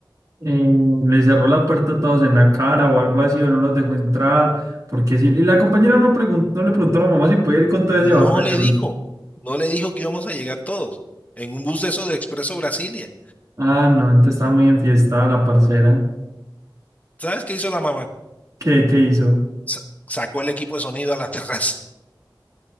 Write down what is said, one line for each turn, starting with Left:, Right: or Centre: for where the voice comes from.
Right: Eh, le cerró la puerta a todos en la cara o algo así, o no los dejó entrar. Porque sí, y la compañera no, pregun- no le preguntó a la mamá si puede ir con todo ese
Left: No
Right: batallón.
Left: le dijo, no le dijo que íbamos a llegar todos en un bus de esos de Expreso Brasilia.
Right: Ah, no, entonces estaba muy enfiestada la parcera.
Left: ¿Sabes qué hizo la mamá?
Right: ¿Qué, qué hizo?
Left: Sa- sacó el equipo de sonido a la <laughs> terraza.